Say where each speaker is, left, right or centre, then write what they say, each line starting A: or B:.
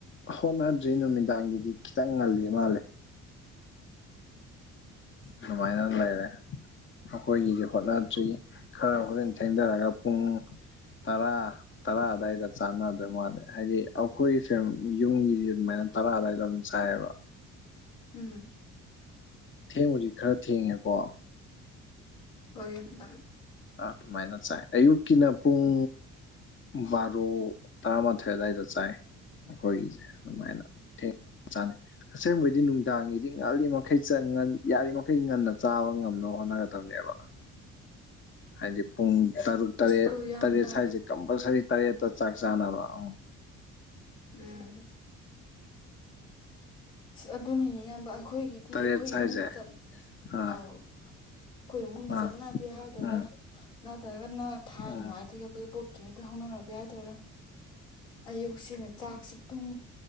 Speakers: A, on the left; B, on the left.
A: ꯍꯣꯠꯅꯗ꯭ꯔꯤ ꯅꯨꯃꯤꯗꯥꯡꯒꯤꯗꯤ ꯈꯤꯇꯪ ꯉꯜꯂꯤ ꯃꯥꯜꯂꯦ ꯑꯗꯨꯃꯥꯏꯅ ꯂꯩꯔꯦ ꯑꯈꯣꯏꯒꯤꯗꯤ ꯍꯣꯠꯅꯗ꯭ꯔꯤ ꯈꯔ ꯍꯣꯔꯦꯟ ꯊꯦꯡꯗꯔꯒ ꯄꯨꯡ ꯇꯔꯥ ꯇꯔꯥ ꯑꯗꯨꯋꯥꯏꯗ ꯆꯥꯟꯅꯗꯣꯏ ꯃꯥꯜꯂꯦ ꯍꯥꯏꯗꯤ ꯑꯩꯈꯣꯏ ꯁꯦꯝ ꯌꯨꯝꯒꯤ ꯑꯗꯨꯃꯥꯏꯅ ꯇꯔꯥ ꯑꯗꯨꯋꯥꯏꯗ ꯑꯗꯨꯝ ꯆꯥꯏꯌꯦꯕ
B: ꯎꯝ
A: ꯊꯦꯡꯕꯨꯗꯤ ꯈꯔ ꯊꯦꯡꯉꯦꯀꯣ
B: <unintelligible> <inaudible>
A: ꯑꯗꯨꯃꯥꯏꯅ ꯆꯥꯏ ꯑꯌꯨꯛꯀꯤꯅ ꯄꯨꯡ ꯕꯥꯔꯣ ꯇꯔꯥꯃꯥꯊꯣꯏ ꯑꯗꯨꯋꯥꯏꯗ ꯆꯥꯏ ꯑꯩꯈꯣꯏꯒꯤꯁꯦ ꯑꯗꯨꯃꯥꯏꯅ ꯊꯦꯡꯅ ꯆꯥꯅꯩ ꯑꯁꯦꯡꯕꯩꯗꯤ ꯅꯨꯡꯗꯥꯡꯒꯤꯗꯤ ꯉꯥꯜꯂꯤ ꯃꯈꯩ ꯆꯪ ꯌꯥꯔꯤꯃꯈꯩ ꯉꯟꯅ ꯆꯥꯕ ꯉꯝꯅꯕ ꯍꯣꯠꯅꯒꯗꯕꯅꯦꯕ ꯍꯥꯏꯗꯤ ꯄꯨꯡ ꯇꯔꯨꯛ ꯇꯔꯦꯠ
B: ꯑꯁ ꯑꯗꯨ ꯏꯌꯥꯝꯕ
A: ꯇꯔꯦꯠ ꯁ꯭ꯋꯥꯏꯁꯦ ꯀꯝꯄꯜꯁꯔꯤ ꯇꯔꯦꯠꯇꯣ ꯆꯥꯛ ꯆꯥꯅꯕ ꯎ
B: ꯎꯝ ꯑꯗꯨꯅꯤꯅꯦ ꯏꯌꯥꯝꯕ ꯑꯩꯈꯣꯏꯒꯤ ꯗꯤ
A: ꯇꯔꯦꯠ
B: ꯑꯩꯈꯣꯏ
A: ꯁ꯭ꯋꯥꯏꯁꯦ
B: ꯏꯃꯨꯡꯒꯤ ꯆꯠ
A: ꯑꯥ
B: ꯑꯥꯎ ꯑꯩꯈꯣꯏ ꯏꯃꯨꯡꯒꯤ
A: ꯑꯥ
B: ꯆꯠꯅꯕꯤ ꯍꯥꯏꯗꯣꯏꯔꯥ
A: ꯎꯝ
B: ꯅꯠꯇ꯭ꯔꯒꯅ ꯊꯥꯏꯅ
A: ꯎꯝ
B: ꯋꯥꯏꯗꯒꯤ ꯑꯩꯈꯣꯏ ꯄꯣꯠꯇ꯭ꯔꯤꯉꯩꯗꯒꯤ ꯍꯧꯅꯔꯄꯒꯤ ꯍꯥꯏꯗꯣꯏꯔꯥ ꯑꯌꯨꯛꯁꯤꯅ ꯆꯥꯛꯁꯦ ꯄꯨꯡ